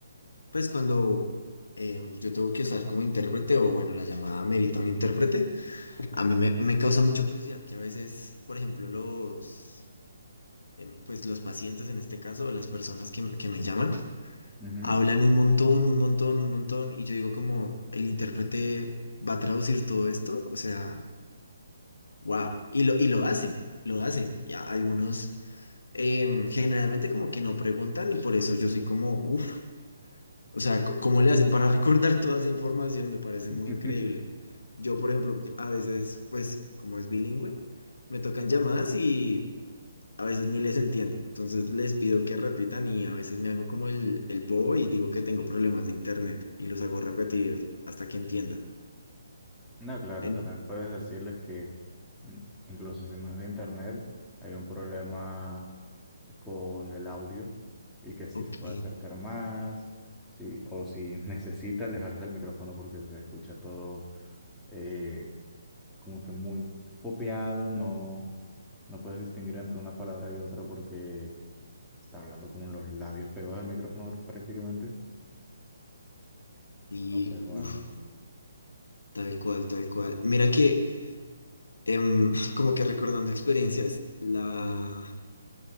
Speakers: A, on the left (about 75°); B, in the centre.
A: pues cuando em, yo tengo que usar como intérprete, o bueno, la llamada merita un intérprete, a mí me, me causa mucha curiosidad que a veces, por ejemplo, los... em, pues los pacientes en este caso, o las personas que, que me llaman,
B: Ujú.
A: hablan un montón, un montón, un montón, y yo digo como, el intérprete va a traducir todo esto, o sea, wow, y lo, y lo hacen, lo hacen, y a- algunos em, generalmente como que no preguntan y por eso yo soy como, uff, o sea, co- ¿cómo le hacen para <laughs> recordar toda esa información? Me parece
B: <laughs>
A: muy increíble. Yo, por ejemplo, porque a veces, pues, como es bilingüe, me tocan llamadas y a veces ni les entiendo. Entonces les pido que repitan y a veces me hago como el, el bobo y digo que tengo problemas de internet y los hago repetir hasta que entienda.
B: No, claro,
A: En,
B: también puedes decirles que mm, incluso si no es de internet, hay un problema con el audio y que si
A: ok,
B: se puede acercar más, si, o si <laughs> necesita alejarse el micrófono porque se escucha todo eh, como que muy popeado, no, no puedes distinguir entre una palabra y otra porque Está hablando con los labios pegados al micrófono prácticamente.
A: y
B: Entonces, bueno,
A: uff, tal cual, tal cual. Mira que em, <laughs> como que recordando experiencias, la